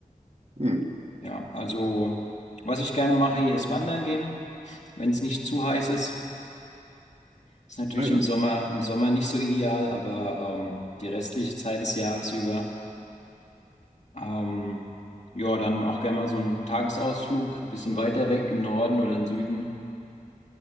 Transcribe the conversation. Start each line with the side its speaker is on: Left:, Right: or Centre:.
Right: Hm.
Left: Ja, also was ich gerne mache, hier ist wandern gehen, wenn es nicht zu heiß ist. Ist natürlich
Right: Ah ja,
Left: im Sommer, im Sommer nicht so ideal, aber ähm, die restliche Zeit des Jahres über. Ähm, ja, dann auch gerne mal so einen Tagesausflug, ein bisschen weiter weg, im Norden oder im Süden.